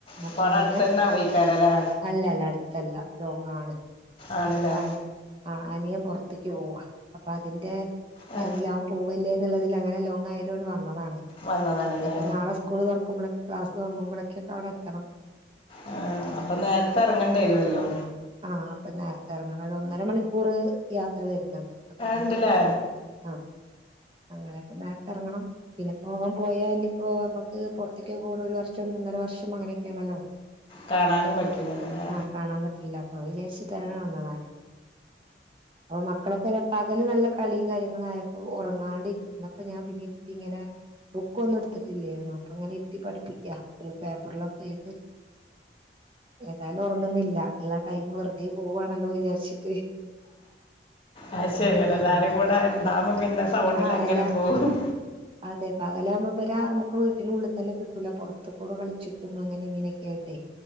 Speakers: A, on the left; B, on the right.
A: അപ്പോൾ
B: അപ്പ
A: അവിടെ
B: അങ്ങനെ
A: അടുത്ത് തന്നെ പോയിക്കാരല്ലേ
B: അല്ലല്ല അടുത്തല്ല ലോങ്ങാണ് <unintelligible>
A: ആണല്ലേ
B: ആ അനിയൻ പുറത്ത്ക്ക് പോവാ അപ്പൊ അതിന്റെ
A: ആ
B: എതിലവൻ പൂവല്ലേ എന്നുള്ളതിലാണ് ലോങ് ആയതോണ്ട് വന്ന ഇനി
A: വന്നതാണല്ലേ
B: ഇപ്പോ നാളെ സ്കൂൾ തുറക്കുമ്പോളേ ക്ലാസ് തുറങ്ങുമ്പോഴൊക്കെ അവിടെ എത്തണം
A: ആ അപ്പൊ നേരത്തെ ഇറങ്ങേണ്ടി വരുമല്ലോ
B: ആ അപ്പൊ നേരത്തെ ഇറങ്ങണം ഒന്നര മണിക്കൂർ യാത്ര വരുന്നു അപ്പൊ പിന്നെ
A: ഉണ്ടല്ലേ
B: ആ അങ്ങനെ അപ്പ നേരത്തെ ഇറങ്ങണം പിന്നെപ്പോ അവൻ പോയാ ഇനിയിപ്പോ നമ്മുക്ക് പുറത്തേക്ക് പോകണ ഒരു വർഷം ഒന്നര വർഷം അങ്ങനെയൊക്കെയാണല്ലോ
A: കാണാനും പറ്റൂല്ലലേ
B: ആ കാണാൻ പറ്റില്ല അപ്പൊ വിചാരിച്ചിട്ട് അങ്ങനെ വന്നതാണ് മക്കളൊക്കെ പകല് നല്ല കളിയും കാര്യങ്ങളും ആയപ്പോ ഉറങ്ങാണ്ട്രിക്ക ഇപ്പോ ഞാൻ പിന്നെ ഇരുത്തി ഇങ്ങനെ ബുക്കൊന്നും എടുത്തിട്ടില്ലായിരുന്നു അപ്പ അങ്ങനെ ഇരുത്തി പഠിപ്പിക്ക പേപ്പറിലൊക്കെ ആയിട്ട് ഏതായാലും ഉറങ്ങുന്നില്ല ടൈം വെറുതെ പോകുവാണല്ലോ വിചാരിച്ച്
A: ആ ശരിയാണ്
B: അങ്ങനെ ചെയ്തോണ്ട്
A: എല്ലാരും കൂടെ ഇണ്ടാവ്പോ പിന്നെ സൗണ്ടിൽ
B: ആഹ്
A: അങ്ങനെ
B: അല്ല
A: പോവും
B: അതെ പകലാകുമ്പോ ഇവരാ നമുക്ക് വീട്ടിനുള്ളിൽ തന്നെ കിട്ടൂല്ല പുറത്ത കൂടെ കളിച്ചിട്ടും അങ്ങനെ ഇങ്ങനെയൊക്കെ ആയിട്ടെ